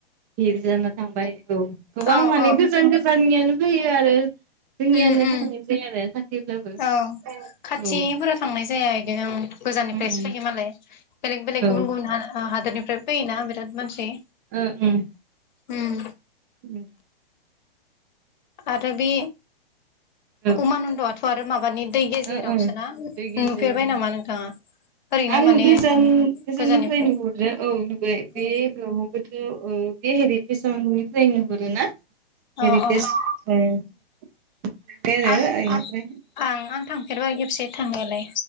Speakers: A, on the right; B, on the left.
A: भिर जाना थांबाय। औ गोबां
B: औ
A: माने
B: औ
A: गोजान गोजाननियानो फाइयो आरो। जोंनियानो
B: उम उम
A: थांनाय जाया आरो खाथिब्लाबो
B: औ
A: ए
B: खाथिफोरा
A: औ।
B: थांनाय जाया बिदिनो गोजाननिफ्रायसो
A: उम उम
B: फाइयो मालाय बेलेग बेलेग
A: औ
B: गुबुन गुबुन हा ओ हादोरनिफ्रायबो फैयोना बिराद मानसि
A: ओ ओम।
B: होम
A: ओम
B: आरो बे
A: औ
B: उमानन्दआथ आरो माबानि दै गेजेरावसो
A: ओ ओं
B: ना
A: बे गेजेराव
B: नुफेरबाय नामा नोंथाङा ओरैनो
A: आं
B: माने
A: गोजान गोजाननिफ्रायनो
B: गोजाननिफ्राय
A: नुहरदो औ नुबाय बे
B: औ
A: ब्रह्मपुथ्र ओ दिहिरि कमिसन निफ्राय नुहरो ना‌। <unintelligible>
B: औ औ आं आं आं थांफेरबाय खेबसे थांनायालाय